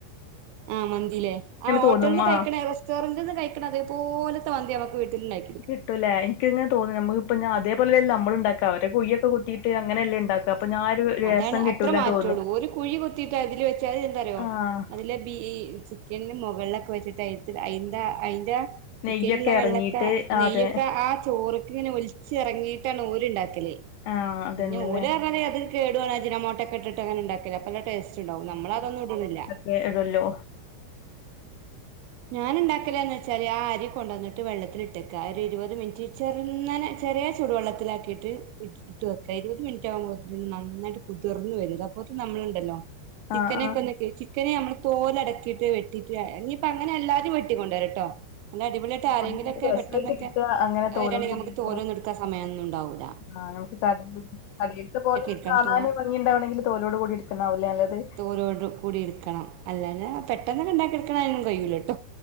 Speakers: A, on the right; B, on the left.
A: ആഹ് മന്തില്ലേ ആ ഹോട്ടല
B: തോന്നും
A: നിന്ന് കഴിക്കണേ
B: ആ
A: റെസ്റ്റോറന്റിൽ നിന്ന് കഴിക്കണ അതേപോലത്തെ മന്തി നമ്മക്ക് വീട്ടിലുണ്ടാക്കാം
B: ജ യൂല എനിക്കങ്ങനെ തോന്നുന്നു ഞമ്മളിപ്പോ അതേപലെല്ല നമ്മള ഉണ്ടാക്കുക അവ കുയൊക്കെ കുത്തീട്ട് അങ്ങനെല്ല ഉണ്ടാക്കുക അപ്പൊ ഞാൻ,, ഒരു രസം
A: അതാണ്
B: കിട്ടൂല
A: അത്ര മാറ്റുള്ളൂ
B: തോന്നും
A: ഒരു കുഴി കൊത്തിട്ട് അതില് വെച്ചാത് എന്താറിയോ
B: ആഹ്
A: അതില ബി,, പിന്നെ മുകളിലൊക്കെ വച്ചട്ട് അയ്ത് അയ്‌ന്റെ അയ്‌ന്റെ ചിക്കനുള്ള
B: നെയ്യൊക്കെ
A: വെള്ളൊക്കെ
B: ഇറങ്ങിട്ട്
A: നെയ്യൊക്കെ
B: അതെ
A: ആ ചോറൊക്കെ ഇങ്ങനെ ഒലിച്ച ച്ചിറങ്ങിയിട്ടാണ് ഓല ഉണ്ടാക്കല്
B: ആഹ് അതന്നെല്ലേ
A: പിന്നെ ഓലാകാൻ അത് കേടുവന്നാ അജനാ മോട്ടക്കെ ഇട്ടിട്ട് അങ്ങനെ ഉണ്ടാക്കല് അപ്പൊ നല്ല ടെസ്റ്റ്‌ ണ്ടാവും നമ്മള അതൊന്നും ഇടുന്നില്ല
B: വേ ഇടല്ലോ
A: ഞാൻ ണ്ടാക്കൽച്ചാല് ആ അരി കൊണ്ടന്നട്ട് വെള്ളത്തിലി മുറ്റക്കാ ഒരു ഇരുപത് മിനിറ്റ് ചെറുങ്ങനെ ചെറിയ ചൂടുവെള്ളത്തിലാക്കിയിട്ട് ഇട്ട് വെക്കാ ഇരുപത് മിനിറ്റകുമ്പത്തിന് നന്നായ്ട്ട് കുതിർന്ന് വരും അപ്പോത്തിന് നമ്മൾ ണ്ടല്ലോ ചിക്കനെക്കെ
B: ആഹ് ആഹ്
A: വന്നിട്ട് ചിക്കനെ നമ്മള് തോലടക്കിയിട്ട് വെട്ടിട്ട,, ഇപ്പ അങ്ങനെ അല്ലാതിം വെട്ടി കൊണ്ടര ട്ടോ അല്ല അടിപൊളിയായിട്ട് ആരെങ്കിലൊക്കെ
B: ഒന്നുകൂടി രസായിട്ട്
A: പെട്ടെന്നൊക്കെ
B: കിട്ട അങ്ങനെ തോലോട്
A: വരാണെങ്കിൽ
B: കൂടി
A: നമുക്ക്
B: എടുക്കണം
A: തോരോന്നും എടുക്കാ സമയമൊന്നും ഉണ്ടാവൂില്ല
B: ആഹ് നമുക്ക് കടയിലത്തെ പോല
A: ഇരിക്കണം
B: കാണാനൻ
A: തോ
B: ഭംഗിുണ്ടാവണമെങ്കിൽ തോലോട് കൂടിയെ ടുക്കണാവല്ലേ നല്ലത്
A: തോലോടു കൂടി എടുക്കണം അല്ലാഞാ പെട്ടെന്നൊക്കെ ഉ ണ്ടാക്കിെടുക്കണാലും കഴയിൂല്ലോ ട്ടോ